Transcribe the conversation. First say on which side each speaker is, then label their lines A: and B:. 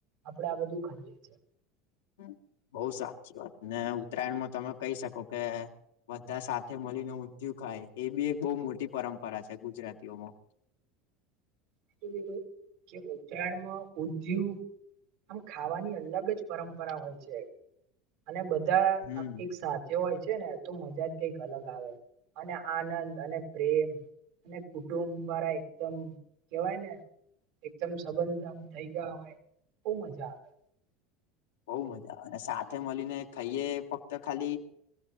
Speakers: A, on the right; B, on the left.
A: આપડે આ બધું ખાઈએ છે.
B: હમ્મ બઉ સાચી વાત ને ઉત્તરાયણમાં તમે કહી શકો કે બધા સાથે મળીને ઊંધયું ખાય એ બી એક બઉ મોટી પરંપરા છે ગુજરાતીઓમાં. <inaudible>
A: શું કીધું કે ઉત્તરાયણમાં ઉધ્યું આમ ખાવાની અલગ જ પરંપરા હોય છે અને બધ્ ધા
B: હમ
A: આમ એક સાથે હોય છે. છે ને તો મજા જ કઈક અલગ આવે અને આનંદ અને પ્રેમ ને કુટુંબ વારા એકદમ કેવાય ને એકદમ સંબંધ આમ થઇ ગયા હોય બઉ મજા આવે.
B: બઉ મજા આવે ને સાથે મલીને ખઈએ ફક્ત ખાલી